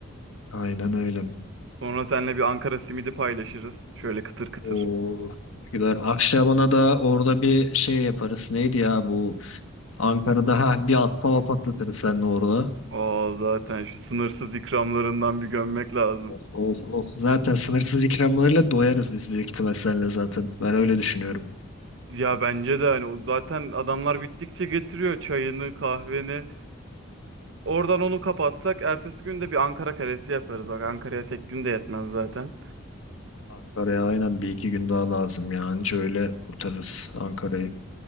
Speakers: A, on the left (about 75°); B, on the right (about 60°).
A: Aynen öyle.
B: Sonra seninle bir Ankara simidi paylaşırız. Şöyle kıtır kıtır.
A: O gider. Akşaban'a da orada bir şey yaparız. Neydi ya bu? Ankara'da ha, bir aspava patlatırız seninle orada.
B: Aa zaten şu sınırsız ikramlarından bir gömmek lazım.
A: Of, of, of. Zaten sınırsız ikramlarıyla doyarız biz büyük ihtimal seninle zaten. Ben öyle düşünüyorum.
B: Ya bence de hani o zaten adamlar bittikçe getiriyor çayını, kahveni. Oradan onu kapatsak ertesi gün de bir Ankara kalesi yaparız. Bak Ankara'ya tek gün de yetmez zaten.
A: Ankara'ya aynen bir iki gün daha lazım ya. Anca öyle kurtarırız Ankara'yı.